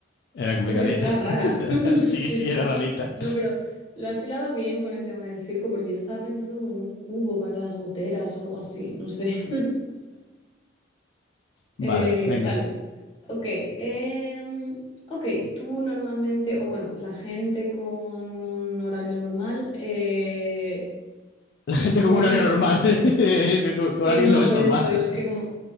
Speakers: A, on the left (about 55°); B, on the left (about 25°).
A: Era complicadita.
B: Uh, esa era
A: <laughs>
B: rara. <laughs>
A: Sí,
B: Sí,
A: sí,
B: sí.
A: era rarita.
B: No, pero lo has hilado bien con el tema del circo porque yo estaba pensando como en un cubo para las goteras o algo así, no sé. <laughs>
A: Vale,
B: Eh,
A: venga.
B: vale. Ok. em, ok, tú normalmente, o bueno, la gente con un horario normal eh,
A: <laughs> La gente
B: duerme
A: con un horario normal
B: durante
A: <laughs> dice, tu,
B: Sí,
A: tu horario
B: no,
A: no es
B: por
A: normal.
B: eso digo, es que como,